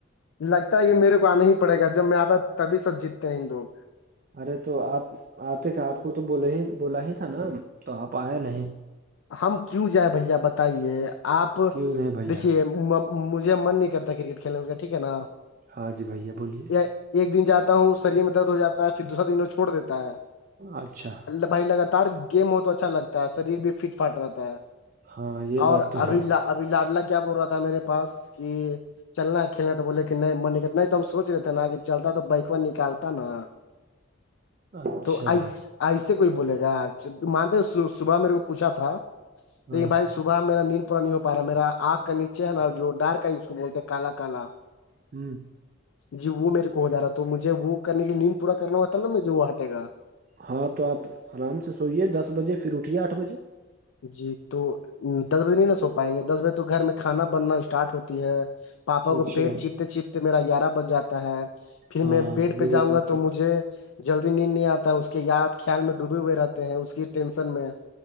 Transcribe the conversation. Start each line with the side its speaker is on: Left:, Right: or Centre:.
Left: لگتا ہے کہ میرے کو آنا ہی پڑے گا جب میں آتا تبھی سب جیتتے ہیں ان لوگ
Right: ارے تو آپ آتے تھ آپ کو تو بول ہی بولا ہی تھا نا تو آپ آیا نہیں
Left: ہم کیوں جائ بھیا بتائیے آپ
Right: کیوں نہیں بھیا
Left: دیکھیے مجھے من نہیں کرتا کرکٹ کھیلنے کا ٹھیک ہے نا
Right: ہاں جی بھیا بولیے
Left: یا ایک دن جاتا ہوں شریر میں درد ہو جاتا ہے پھر دوسرا دن وہ چھوڑ دیتا ہے
Right: اچھا
Left: بھائی لگاتار گیم ہو تو اچھا لگتا ہے شریر بھی فٹ فاٹ رہتا ہے
Right: ہاں یہ
Left: اور
Right: بات تو
Left: ابھی
Right: ہے
Left: ابھی لاڈلا کیا بول رہا تھا تھا میرے پاس کہ چلنا کھیلنا تو بولے کہ نہیں من نہیںتا نہیں تو ہم سوچ رہتے نا کہ چلتا تو بائک میں نکالتا نا
Right: اچھا
Left: توس ایسے کوئی بولے گاچ مانتے صبح میرے کو پوچھا تھا لیکن
Right: ہاں
Left: بھائی سبح وہاں میرا نیند پورا نہیں ہو پا رہا میرا آگ کا نیچے ہے نا جو ڈارک ہے اس کو بولتے ہیں کالا کالا
Right: ہوں
Left: جی وہ میرے کو ہو جا رہا تو مجھے وہ کرنے کی نیند پورا کرنا ہوتا تھا نا مجھے وہ ہٹے گا
Right: ہاں تو آپ آرام سے سوئیے دس بجے پھر اٹھیے آٹھ بجے
Left: جی تو دس بجے نہیں نا سو پائیں گے دس بجے تو گھر میں کھانا بننا اسٹارٹ ہوتی ہے پاپا
Right: اچھا
Left: کو پیر چیپتے چیپتے میرا گیارہ بج جاتا ہے پھر
Right: ہاں
Left: میں پیٹ پہ
Right: یہ بھی
Left: جاؤں
Right: بات
Left: گا تو
Right: ہے
Left: مجھے جلدی نیند نہیں آتا ہے اس کے یاد خیال میں ڈوبے ہوئے رہتے ہیں اس کی ٹینشن میں